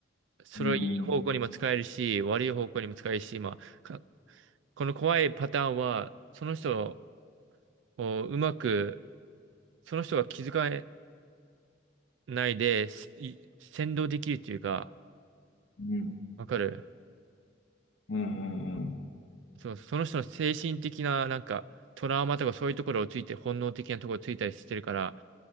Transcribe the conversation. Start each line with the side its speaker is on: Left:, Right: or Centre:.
Right: それをいい方向にも使えるし、
Left: うんうん
Right: 悪い方向にも使えるし、まあ、かこの怖いパターンは、その人をうまく、その人が気づかないで、すい先導できるというか、
Left: うん
Right: わかる
Left: うんうんうん
Right: そう、その人の精神的な、なんか、トラウマとかそういうところをついて、本能的なところをついたりしてるから、